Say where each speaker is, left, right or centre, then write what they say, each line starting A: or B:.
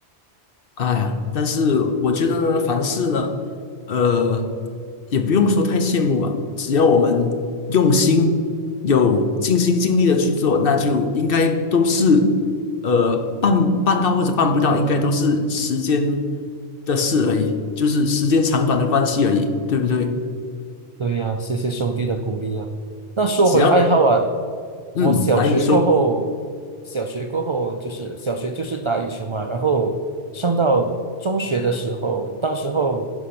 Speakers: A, on the left; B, on the right.
A: 哎呀，但是我觉得呢，凡事呢，呃，也不用说太羡慕吧，只要我们用心，有尽心尽力的去做，那就应该都是，呃，办办到或者办不到，应该都是时间的事而已，就是时间长短的关系而已，对不对？
B: 对呀，谢谢兄弟的鼓励啊。那说回爱好啊，
A: 只要，嗯，
B: 我小学过后，
A: 来，你说，
B: 小学过后就是小学就是打羽球嘛，然后上到中学的时候，当时候